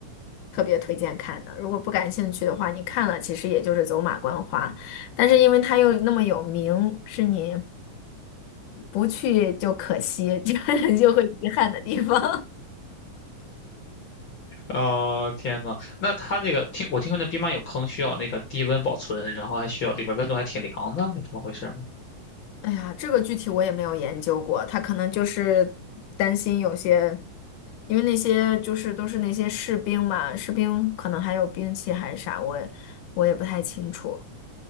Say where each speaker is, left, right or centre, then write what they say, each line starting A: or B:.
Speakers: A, on the left (about 75°); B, on the left (about 45°).
A: 特别推荐看的。如果不感兴趣的话，你看了其实也就是走马观花，但是因为他又那么有名，是你不去就可惜，就 <laughs> 就会遗憾的地方。
B: 哦，天呐，那它那个听我听说那兵马俑坑需要那个低温保存，然后还需要里面温度还挺凉的，是这么回事吗？
A: 哎呀，这个具体我也没有研究过，他可能就是担心有些，因为那些就是都是那些士兵嘛，士兵可能还有兵器还是啥，我也我也不太清楚，